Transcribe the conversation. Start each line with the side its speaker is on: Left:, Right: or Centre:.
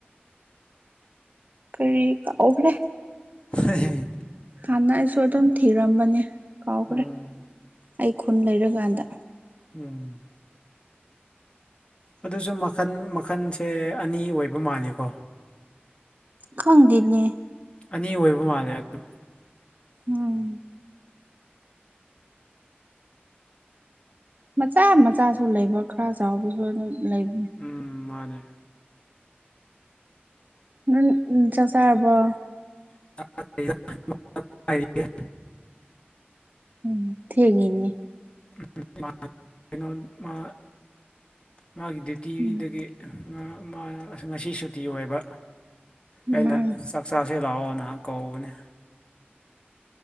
Right: ꯀꯔꯤ ꯀꯥꯎꯈ꯭ꯔꯦ
Left: <unintelligible>
Right: ꯍꯥꯟꯅ ꯑꯩꯁꯨ ꯑꯗꯨꯝ ꯊꯤꯔꯝꯕꯅꯦ ꯀꯥꯎꯈ꯭ꯔꯦ
Left: ꯎꯝ
Right: ꯑꯩ ꯈꯨꯟ ꯂꯩꯔꯀꯥꯟꯗ
Left: ꯎꯝ ꯑꯗꯨꯁꯨ ꯃꯈꯟ ꯃꯈꯟꯁꯦ ꯑꯅꯤ ꯑꯣꯏꯕ ꯃꯥꯜꯂꯤꯀꯣ
Right: ꯈꯪꯗꯦꯅꯦ
Left: ꯑꯅꯤ ꯑꯣꯏꯕ ꯃꯥꯜꯂꯦ ꯑꯗꯨ
Right: <unintelligible> ꯃꯆꯥ ꯃꯆꯥꯁꯨ ꯂꯩꯕ ꯈꯔ ꯆꯥꯎꯕꯁꯨ ꯑꯗꯨꯝ ꯂꯩꯕꯅꯤ
Left: ꯎꯝ ꯃꯥꯅꯦ
Right: ꯅꯪ ꯎꯝ ꯆꯥꯛ ꯆꯥꯔꯕꯣ
Left: <inaudible>
Right: ꯎꯝ ꯊꯦꯡꯉꯤꯅꯦ
Left: <inaudible> ꯀꯩꯅꯣ ꯃꯥ ꯃꯥꯒꯤ ꯗ꯭ꯌꯨꯇꯤꯗꯒꯤ
Right: ꯎꯝ
Left: ꯑꯍ ꯉꯥ ꯃꯥ ꯑꯁ ꯉꯁꯤ ꯁꯨꯇꯤ ꯑꯣꯏꯕ
Right: ꯎꯝ
Left: ꯑꯩꯅ ꯆꯥꯛ ꯆꯥꯁꯦ ꯂꯥꯛꯑꯣ ꯅꯍꯥꯛ ꯀꯧꯕꯅꯦ